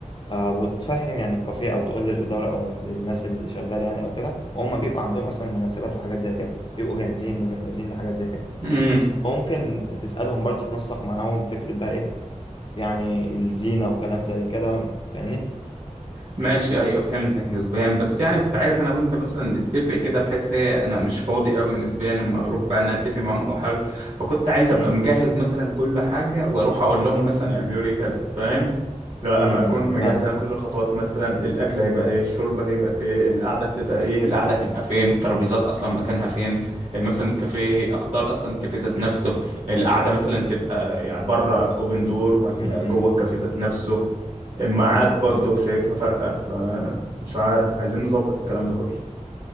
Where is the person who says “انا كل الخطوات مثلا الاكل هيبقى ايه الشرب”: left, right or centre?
Right